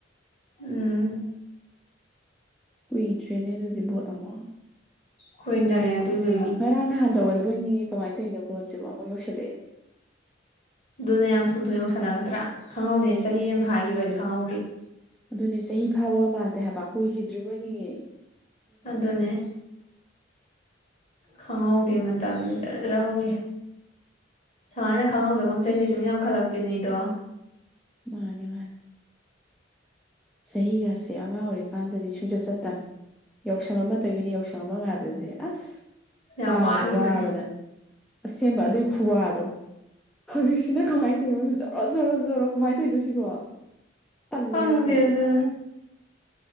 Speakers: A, on the left; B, in the centre.
A: ꯎꯝ
B: ꯀꯨꯏꯗ꯭ꯔꯦꯅꯦ ꯑꯗꯨꯗꯤ ꯕꯣꯠ ꯑꯃ
A: ꯈꯣꯏꯗꯔꯦ ꯑꯗꯨꯁꯨ
B: ꯉꯔꯥꯡ ꯅꯍꯥꯟꯗ ꯑꯣꯏꯔꯕꯣꯏꯅꯤꯉꯤ ꯀꯃꯥꯏ ꯇꯧꯔꯤꯅꯣ ꯕꯣꯇꯁꯤꯕꯨ ꯑꯃꯨꯛ ꯌꯧꯁꯜꯂꯛꯑꯦ
A: ꯑꯗꯨꯅꯦ ꯌꯥꯝ ꯊꯨ ꯊꯨꯅ ꯌꯧꯁꯜꯂꯛꯇ꯭ꯔꯥ ꯈꯪꯍꯧꯗꯦꯅꯦ ꯆꯍꯤ ꯑꯃ ꯐꯥꯈꯤꯕꯁꯨ ꯈꯪꯍꯧꯗꯦ
B: ꯑꯗꯨꯅꯦ ꯆꯍꯤ ꯐꯥꯕꯒ ꯃꯥꯟꯗꯦ ꯍꯥꯏꯕ ꯀꯨꯏꯈꯤꯗ꯭ꯔꯤꯕꯣꯏꯅꯤꯡꯉꯦ
A: ꯑꯗꯨꯅꯦ ꯈꯪꯍꯧꯗꯦ ꯃꯇꯝꯁꯦ ꯖꯔ ꯖꯔ ꯍꯧꯈꯤ ꯁꯨꯝꯃꯍꯥꯏꯅ ꯈꯪꯍꯧꯗꯒꯨꯝ ꯆꯩꯁꯨ ꯁꯨꯝ ꯌꯥꯝꯈꯠꯂꯛꯄꯤꯅꯤꯗꯣ
B: ꯃꯥꯅꯦ ꯃꯥꯅꯤ ꯆꯍꯤꯒꯁꯦ ꯑꯉꯥꯡ ꯑꯣꯏꯔꯤꯀꯥꯟꯗꯗꯤ ꯁꯨꯡꯆꯠ ꯆꯠꯇꯕꯅꯦ ꯌꯥꯎꯁꯪ ꯑꯃꯗꯒꯤꯅꯦ ꯌꯥꯎꯁꯪ ꯑꯃ ꯉꯥꯏꯕꯁꯦ ꯑꯁ
A: ꯌꯥꯝ
B: ꯋꯥꯕꯗ
A: ꯋꯥꯈꯤꯕꯅꯦ
B: ꯋꯥꯕꯗ ꯑꯁꯦꯡꯕ ꯑꯗꯨꯏ ꯈꯨꯋꯥꯗꯣ ꯍꯧꯖꯤꯛꯁꯤꯅ ꯀꯃꯥꯏꯅ ꯇꯧꯔꯤꯅꯣ ꯃꯣꯏ ꯖꯔꯣ ꯖꯣꯔꯣ ꯖꯣꯔꯣ ꯀꯃꯥꯏꯅ ꯇꯧꯔꯤꯅꯣ ꯁꯤꯕꯣ ꯇꯜꯂꯦ
A: ꯈꯪꯗꯦ
B: ꯌꯥꯝ ꯑꯩꯗꯤ
A: ꯑꯗꯨꯅ